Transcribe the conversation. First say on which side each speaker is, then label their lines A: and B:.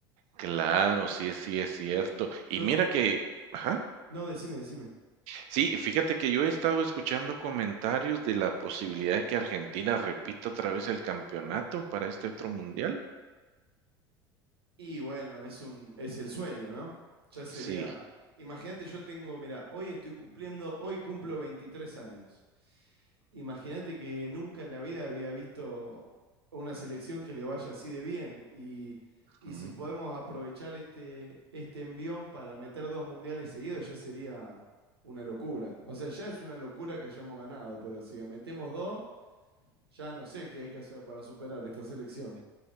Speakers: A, on the right; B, on the right.
A: claro, sí, sí es cierto.
B: Yo,
A: Y mira
B: yo-
A: que, ajá,
B: no, decime, decime.
A: sí, fíjate que yo he estado escuchando comentarios de la posibilidad de que Argentina repita otra vez el campeonato para este otro mundial.
B: Y bueno, es un, es el sueño, ¿no? Ya sería.
A: Sí.
B: Imagínate, yo tengo, mira, hoy estoy cumpliendo, hoy cumplo 23 años. Imagínate que nunca en la vida había visto una selección que le vaya así de bien. Y, y
A: Ujú.
B: si podemos aprovechar este, este envión para meter dos mundiales seguidos, ya sería una locura. O sea, ya es una locura que hayamos ganado, pero si metemos dos, ya no sé qué hay que hacer para superar esta selección.